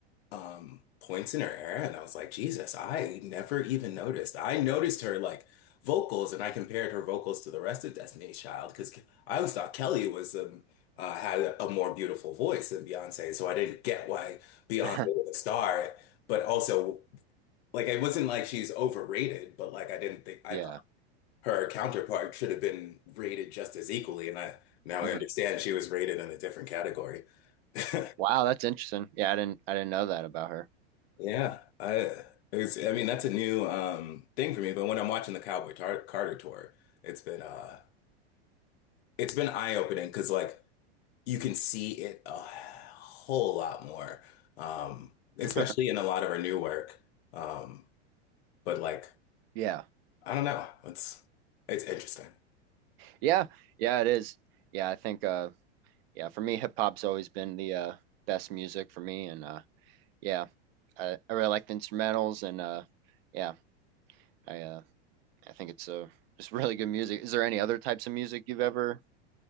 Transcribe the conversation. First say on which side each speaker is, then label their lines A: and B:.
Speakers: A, on the left (about 70°); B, on the right (about 60°).
A: um points in her era and I was like, Jesus, I never even noticed. I noticed her like vocals and I compared her vocals to the rest of Destiny's Child because I always thought Kelly was um uh, had a, a more beautiful voice than Beyonce, so I didn't get why Beyonce
B: <laughs>
A: was a star, but also like it wasn't like she's overrated, but like I didn't think I
B: Yeah.
A: thought her counterpart should have been rated just as equally and I now
B: mhm.
A: I understand she was rated in a different category. <laughs>
B: Wow, that's interesting. Yeah, I didn't I didn't know that about her.
A: Yeah, I it's, I mean that's a new um thing for me, but when I'm watching the Cowboy Tar Carter tour, it's been uh it's been eye-opening opening because like you can see it a whole lot more. Um especially
B: <laughs>
A: in a lot of our new work. Um but like
B: Yeah.
A: I don't know, it's it's interesting.
B: Yeah. Yeah, it is. Yeah, I think uh yeah, for me hip hop's always been the uh best music for me and uh yeah, I, I really like the instrumentals and uh yeah, I uh I think it's a just really good music. Is there any other types of music you've ever